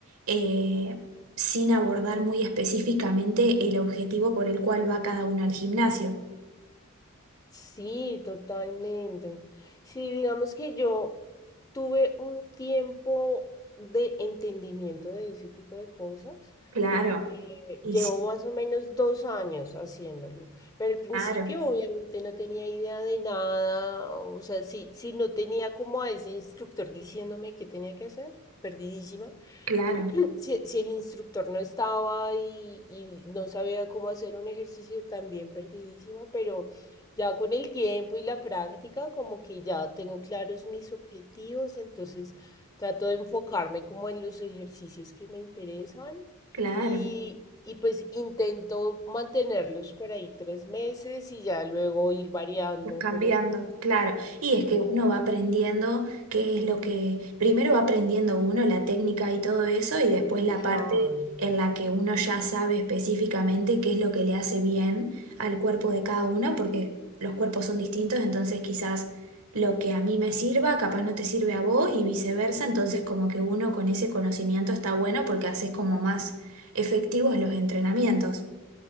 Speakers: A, on the right; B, on the left.
A: eh, sin abordar muy específicamente el objetivo por el cual va cada uno al gimnasio.
B: Sí, totalmente. Sí, digamos que yo tuve un tiempo de entendimiento de ese tipo de cosas,
A: Claro,
B: porque
A: y
B: llevo
A: sí,
B: más o menos dos años haciéndolo. Pero al principio
A: claro,
B: obviamente no tenía idea de nada, o sea, si, si no tenía como a ese instructor diciéndome qué tenía que hacer, perdidísima.
A: claro,
B: Si, si el instructor no estaba y, y no sabía cómo hacer un ejercicio, también perdidísima, pero ya con el tiempo y la práctica, como que ya tengo claros mis objetivos, entonces trato de enfocarme como en los ejercicios que me interesan
A: claro.
B: y, y pues intento mantenerlos por ahí tres meses y ya luego ir variando
A: Cambiando,
B: como...
A: claro. Y es
B: Ujú,
A: que uno va aprendiendo qué es lo que, primero va aprendiendo uno la técnica y todo eso, y después la
B: Claro.
A: parte en la que uno ya sabe específicamente qué es lo que le hace bien al cuerpo de cada uno, porque los cuerpos son distintos, entonces quizás lo que a mí me sirva, capaz no te sirve a vos y viceversa, entonces como que uno con ese conocimiento está bueno porque haces como más efectivos los entrenamientos.